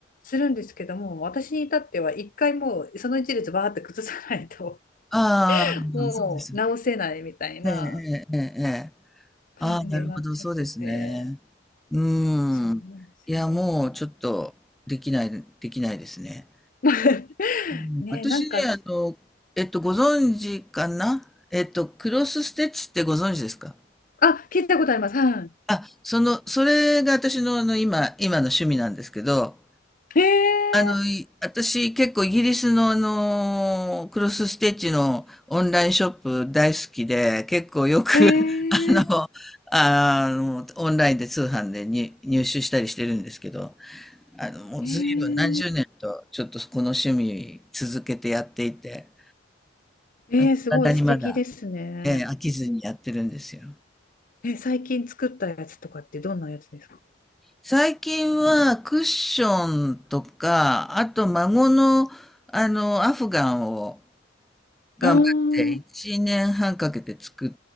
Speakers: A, on the left (about 45°); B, in the centre.
A: するんですけども私に至っては一回もうその一列バーって崩さないと
B: あ、ああ、
A: もう直せないみたいな
B: そうですよね。ええええええ。え
A: 感じになっちゃってて。
B: ああ、なるほど、そうですね。うーん。
A: そう思うんですよ。
B: いや、もうちょっとできない、できないですね。
A: <laughs>
B: うん、
A: ねえ、
B: 私ね、
A: なんかし、
B: あの、えっと、ご存知かなえっと、クロスステッチってご存知ですか
A: あ、聞いたことあります。は
B: あ、その、それが私の、あの、今、今の趣味なんですけど、
A: い。え
B: あの、い私結構イギリスのあの、クロスステッチのオンラインショップ大好きで、結構よく、
A: ー、え
B: <laughs> あの、
A: ー、
B: あの、オンラインで通販でに入手したりしてるんですけど、あの、もう随分何十年とちょっとこの趣味続けてやっていて、
A: えー、えー、
B: なんか未だにまだ、
A: すごい素敵ですね。
B: えー飽きずにやってるんですよ。
A: え、最近作ったやつとかってどんなやつですか
B: 最近はクッションとか、あと孫のあの、アフガンを頑張って1年半かけて作っ
A: あー